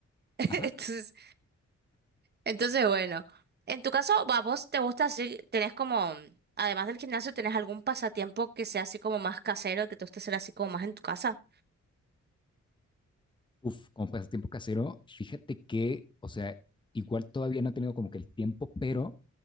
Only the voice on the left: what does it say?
ajá.
Uf, como pasatiempo casero, fíjate que, o sea, igual todavía no he tenido como que el tiempo, pero